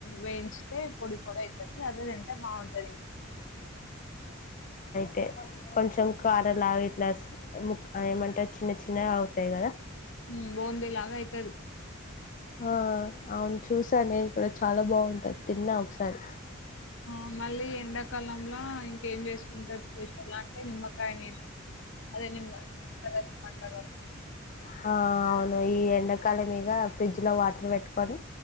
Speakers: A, on the left; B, on the left.
A: వేయించితే పొడి పోడి అయితది అదే తింటే బాగుంటది ఇం
B: టే కొంచెం కారలాగా ఇట్లా ము ఏమంటరూ చిన్న చిన్నగ అవుతాయి కదా
A: ఉమ్, బూందీ లాగా అయితది
B: ఆ అవును చూసా నేను కూడా చాలా బాగుంటది తిన్నా ఒకసారి
A: ఆ మళ్ళీ ఎండాకాలంల ఇంకేం చేసు కుంటారు స్పెషల్ అన్ టే నిమ్మకాయ నిల్లు అదే నిమ్ నిమ్మరసం అంటారు కదా
B: హా అవును ఈ ఎండాకాలం ఇగ ఫ్రిడ్జ్ లో వాటర్ పెట్టుకొని